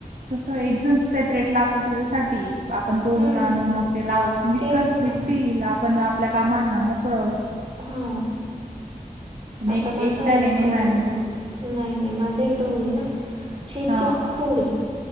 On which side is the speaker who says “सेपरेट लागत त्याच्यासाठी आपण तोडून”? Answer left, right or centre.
Right